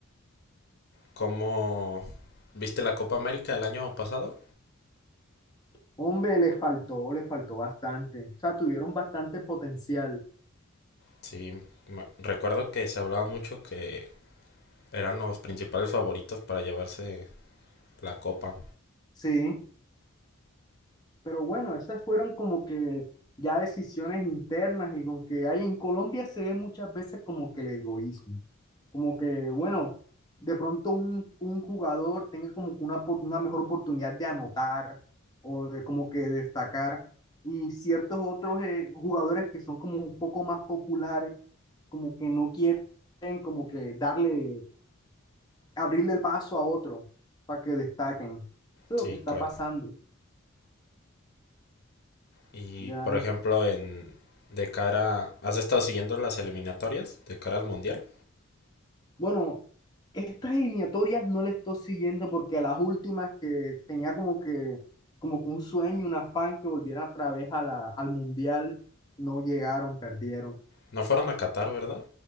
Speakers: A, on the left (about 50°); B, on the left (about 20°).
A: ¿Cómo viste la Copa América el año pasado?
B: Hombre, les faltó, les faltó bastante. O sea, tuvieron bastante potencial.
A: Sí, me- recuerdo que se hablaba mucho que eran los principales favoritos para llevarse la copa.
B: Sí, Pero bueno, esas fueron como que ya decisiones internas y con que hay en Colombia se ve muchas veces como que el egoísmo. Como que, bueno, de pronto un, un jugador tenga como que una, opor- una mejor oportunidad de anotar o de como que destacar. Y ciertos otros eh, jugadores que son como un poco más populares, como que no quieren como que darle abrirle el paso a otro para que destaquen. Eso es
A: Sí,
B: lo que está
A: claro.
B: pasando.
A: Y
B: Ya
A: por
B: no,
A: ejemplo, en de cara, ¿has estado siguiendo las eliminatorias de cara al mundial?
B: bueno, estas eliminatorias no las estoy siguiendo porque las últimas que tenía como que, como que un sueño, un afán que volvieran otra vez a la, al mundial, no llegaron, perdieron.
A: No fueron a Qatar, ¿verdad?